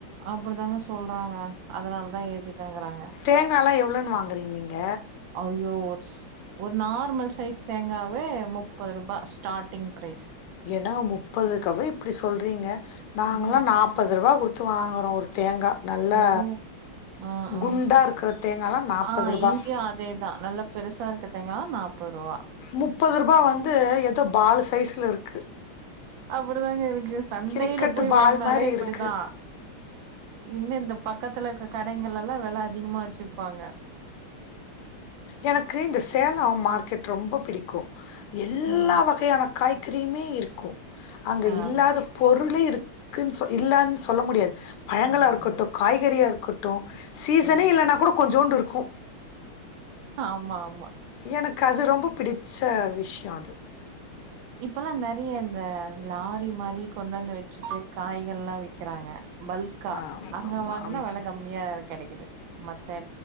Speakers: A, on the right; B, on the left.
A: அப்டி தாங்க சொல்றாங்க அதனால தா ஏத்திட்டங்றாங்க
B: தேங்கால்லா எவ்ளோன் வாங்குறீங் நீங்க
A: அய்யோ ஒருஸ் ஒரு நார்மல் சைஸ் தேங்காவே முப்பதுருபா ஸ்டார்டிங் ப்ரைஸ்
B: ஏன்னா முப்பதுக்காவே இப்படி சொல்றீங்க நாங்கல்லா
A: ஏ
B: நாப்பதுருபா குடுத் த்து வாங்குறோ ஒரு தேங்கா நல்லா
A: ஓ ஆ ஆ
B: குண்டா இருக்குற தேங்கால்லா நாப்பதுருபா
A: ஆ இங்கயு அதேதா நல்லா பெருசா இருக்கத் தேங்காளா நாப்பதுருபா
B: முப்பதுருபா வந்து எதோ பாலு சைஸ்ஸுல்ல இருக்கு
A: அப்பிடிதாங்க இருக்கு சந்தையில
B: கிரிக்கெட்டு
A: போய்
B: பால்
A: வாங்னாலே
B: மாரி
A: இப்பிடிதா
B: இருக்கு
A: இன்ன இந்த பக்கத்துல இருக்க கடைங்கலெல்லா வெல அதிகமா வச்சுப்பாங்க
B: எனக்கு இந்த சேலோ மார்க்கெட் ரொம்ப பிடிக்கோ எல்லா
A: ம்
B: வகையான காய் கறியுமே இருக்கு அங்க
A: ஆமா
B: இல்லாத பொருளே இருக்குன் சொ இல்லன் சொல்ல முடியாது பழங்களா
A: ம்
B: இருக்கட்டு காய்கறியா இருக்கட்டு சீசனே
A: ம்
B: இல்லன்னா கூட கொஞ்சோண்டு இருக்கு
A: ஆமா ஆமா
B: எனக்கு அது ரொம்ப பிடிச்ச விஷ்யோ அது
A: இப்பெல்லா நெறைய இந்த லாரி மாரி கொண்டு வந்து வெச்சிட்டு காய்கள்லா விக்கறாங்க பல்க்கா
B: ஆமா,
A: அங்க
B: ஆமா,
A: வாங்கனா
B: ஆமா.
A: வெல கம்மியா இ கெடைக்கிது மத்